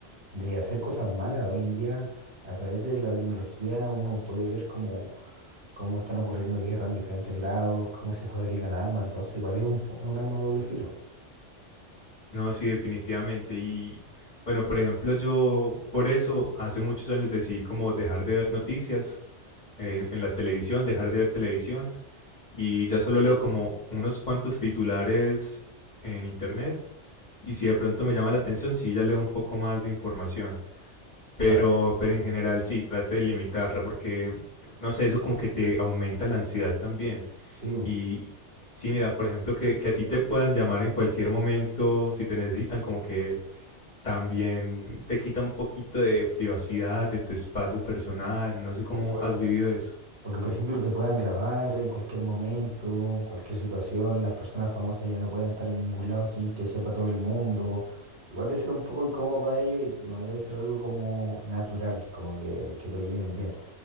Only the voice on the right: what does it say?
de hacer cosas malas. Hoy en día, a través de la tecnología, uno puede ver cómo, cómo están ocurriendo guerras en diferentes lados, cómo se fabrican armas. Entonces, igual es un, po- es un arma de doble filo.
Claro,
Sí, bu,
concuerdo.
O que, por ejemplo, te puedan grabar en cualquier momento, cualquier situación. Las personas famosas ya no pueden estar en ningún lado sin que sepa todo el mundo. Igual debe ser un poco incómodo para ellos y no debe ser algo como natural, como que, que lo lleven bien.